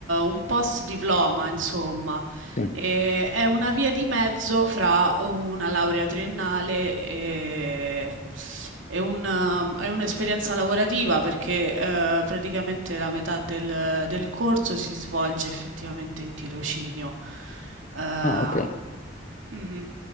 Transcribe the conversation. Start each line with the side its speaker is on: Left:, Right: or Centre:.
Right: un post-diploma, insomma.
Left: sì.
Right: E è una via di mezzo fra una laurea triennale e, e un, um, e un'esperienza lavorativa, perché eh, praticamente la metà del, del corso si svolge effettivamente in tirocinio. Ehm,
Left: Ah, ok. Eh,
Right: Mhm.